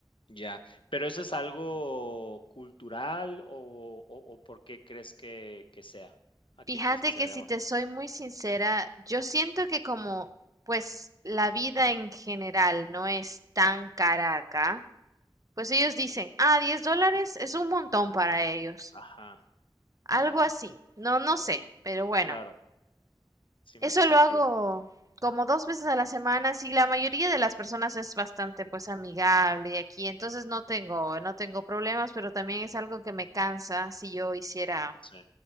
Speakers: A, on the left; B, on the right.
A: ya. ¿Pero eso es algo cultural o, o, o por qué crees que, que sea? ¿A
B: Fíjate
A: qué crees que se
B: que
A: deba?
B: si te soy muy sincera, yo siento que como pues la vida en general no es tan cara acá, pues ellos dicen, ah, 10 dólares es un montón para ellos.
A: Ajá,
B: Algo
A: ya,
B: así. No, no sé, pero bueno.
A: claro. Sí me
B: Eso
A: hace sentido.
B: lo hago como dos veces a la semana. Si la mayoría de las personas es bastante pues amigable y aquí, entonces no tengo, no tengo problemas, pero también es algo que me cansa si yo hiciera
A: Sí,